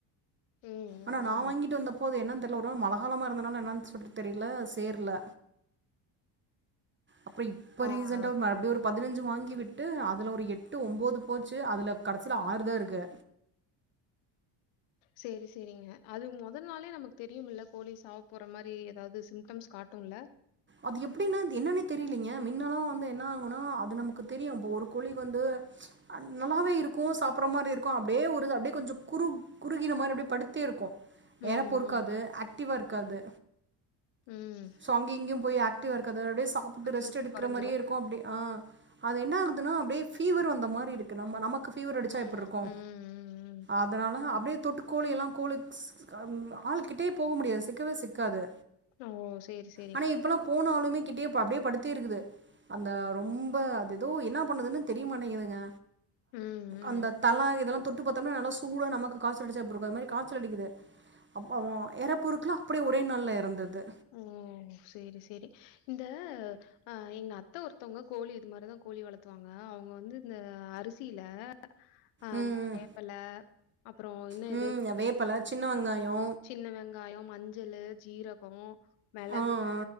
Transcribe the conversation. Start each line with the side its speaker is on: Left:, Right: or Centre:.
Left: ம்
Right: ஆனா
Left: ம்
Right: நா
Left: ம்
Right: வாங்கிட்டு வந்த போ அது என்ன தெர்ல ஒரு வேள மழ அழலமா இருந்தனால என்னன்னு சொல்லி தெரியல சேர்ல அப்ரோ இப்ப
Left: ஆ
Right: ரீசண்ட்டா
Left: ஆ
Right: மறுபடியு ஒரு பதினஞ்சு வாங்கி விட்டு அதுல ஒரு எட்டு ஒன்பது போச்சு அதுல கடசியில ஆறு தா இருக்கு
Left: சேரி சேரிங்க அது முத நாளே நமக்கு தெரியும்ல கோழி சாவப்போற மாரி ஏதாவது சிம்டம்ஸ் காட்டுன்ல
Right: அது எப்டின்னே என்னன்னே தெரியலங்க மின்னல்லா வந்து என்ன ஆகுனா அது நமக்கு தெரியு இப்ப ஒரு கோழி வந்து நல்லாவே இருக்கு சாப்பட்ற மாரி இருக்கு அப்டியே ஒரு அப்படி கொஞ்சோ குறு குறுகின மாரி அப்டியே படுத்தே இருக்கு
Left: ம்
Right: இர பொறுக்காது
Left: ம்
Right: ஆக்டிவா இருக்காது
Left: ம்
Right: சோ அங்கிங்கேயு போய் ஆக்டிவா இருக்கது அது அப்டியே சாப்ட்டு
Left: சுறுசுறுப்பு
Right: ரெஸ்ட் எடுக்ற
Left: கொறஞ்சிரும்.
Right: மாரியே இருக்கு அப்டி ஆ அது என்ன ஆகுதுன்னா அப்டியே ஃபீவர் வந்த மாரி இருக்கு நம்ம நமக்கு பீவர் அடிச்சா
Left: ம்
Right: எப்டி இருக்கு
Left: ம் ம்
Right: அதனால அப்டியே தொட்டு கோழியெல்லா கோலீக்ஸ் ஆ ஆள்கிட்டயே போக முடியாது சிக்கவே சிக்காது
Left: ஓ செரி செரி
Right: ஆனா இப்பெல்லா போனாலளுமே கிட்டே அப்படியே படுத்தே இருக்குது அந்த ரொம்ப அது ஏதோ என்ன பண்ணதுனு தெரியமாட்டேங்குதுங்க
Left: ம் ம்
Right: அந்த தல இதெல்லா தொட்டு பாத்தோம்னா நல்லா சூடா நமக்கு காய்சல் அடைச்சா எப்டி இருக்கு அந்த மாரி காய்ச்சல் அடிக்குது அப்பா இற பொருக்குலா அப்டியே ஒரே நாளல்ல இறந்துடுது
Left: ம் செரி செரி இந்த அ எங்க அத்த ஒருத்தவங்க கோழி இது மாரிதா கோழி வளத்துவாங்க அவங்க வந்து இந்த அரிசியில ஆ
Right: ம்
Left: வேப்பல அப்றோ இன்னோ
Right: ம்
Left: எது
Right: வேப்பல, சின்ன வெங்காயோ
Left: சின்ன வெங்காயோ மஞ்சளு ஜீரகோ மெளகு
Right: ஆ ஆ